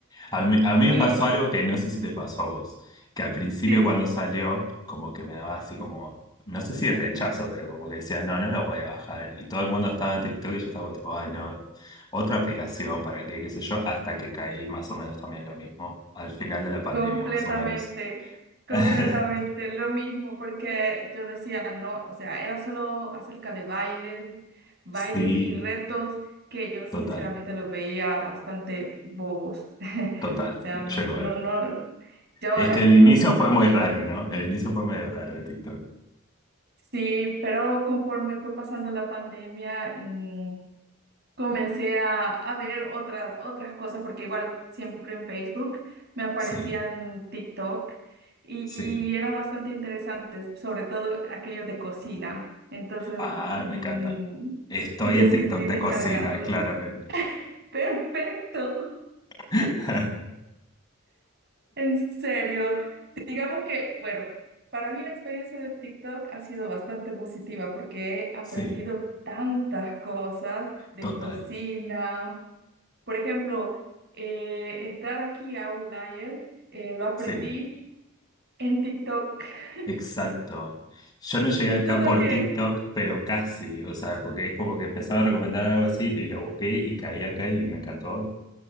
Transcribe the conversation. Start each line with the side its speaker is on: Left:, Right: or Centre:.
Left: A mí, a mí me
Right: Y
Left: pasó algo que no sé si te pasó a vos, que al principio
Right: dime.
Left: cuando salió, como que me daba así como, no sé si rechazo, pero como que decía, no, no lo voy a bajar. Y todo el mundo estaba en TikTok y yo estaba tipo, ay, no, otra aplicación, ¿para qué? ¿Qué sé yo? Hasta que caí más o menos también lo mismo, al final de la pandemia,
Right: Completamente,
Left: más o menos.
Right: completamente
Left: <laughs>
Right: lo mismo, porque yo decía, no, o sea, era solo acerca de bailes, bailes
Left: Sí,
Right: y retos que yo sinceramente
Left: total.
Right: los veía bastante bobos. <laughs>
Left: Total,
Right: O sea, no,
Left: yo
Right: no,
Left: igual.
Right: no, yo
Left: Es
Right: esas
Left: que el inicio
Right: cosas
Left: fue
Right: no.
Left: muy
Right: <laughs>
Left: raro, ¿no? El inicio fue medio raro de TikTok.
Right: Sí, pero conforme fue pasando la pandemia, mm, comencé a, a ver otra, otras cosas, porque igual siempre en Facebook me aparecían
Left: Sí,
Right: TikTok y
Left: sí.
Right: eran bastante interesantes, sobre todo aquello de cocina. Entonces,
Left: Ay,
Right: mm,
Left: me encanta. Estoy
Right: decidí
Left: en TikTok de
Right: descargarlo.
Left: cocina, claramente.
Right: <laughs> Perfecto,
Left: <laughs>
Right: en serio. Digamos que, bueno, para mí la experiencia de TikTok ha sido bastante positiva porque he aprendido
Left: Sí,
Right: tantas cosas de
Left: total.
Right: cocina Por ejemplo, eh, entrar aquí a Outlier, eh, lo aprendí
Left: Sí,
Right: en TikTok. <laughs>
Left: exacto. Yo no llegué acá
Right: ¿Tú también?
Left: por TikTok, pero casi. O sea, porque es como que empezaba a recomendar algo así y lo busqué y caí acá y me encantó.